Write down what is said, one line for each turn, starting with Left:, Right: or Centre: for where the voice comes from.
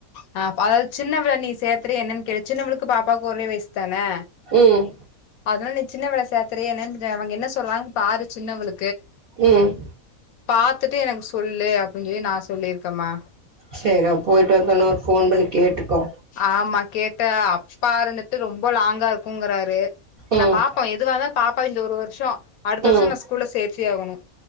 Left: ஹ அதாவது சின்ன விளை நீ சேரத்துற என்னன்னு கேளு சின்னவளுக்கு பாப்பாக்கு ஓரே வயசு தானே
Right: ம்
Left: அதல்லா நீ சின்ன விள சே செரிய என் அவுங்க என்ன சொல்லுவாங்க பாரு சின்னவளு
Right: உம்
Left: பாத்துட்டு எனக்கு சொல்லு அப்டின்னு சொல்லி ந சொல்லிருக்கே மா
Right: செரி போயிட்டு வந்த உன்னுன ஒரு போன் பண்ணி கேட்டுக்கோ
Left: ஆமா கேட்ட அப்பா இருந்துட்டு ரொம்ப லாங்கா இருக்குங்கறாரு
Right: ம்
Left: நா பாபப்பேம் எது வந்தா பாப்பா இந்த ஒரு வருஷம் அடுத்த வருஷம்
Right: ம்
Left: நான் ஸ்கூல்ல சேர்த்தி ஆகணும்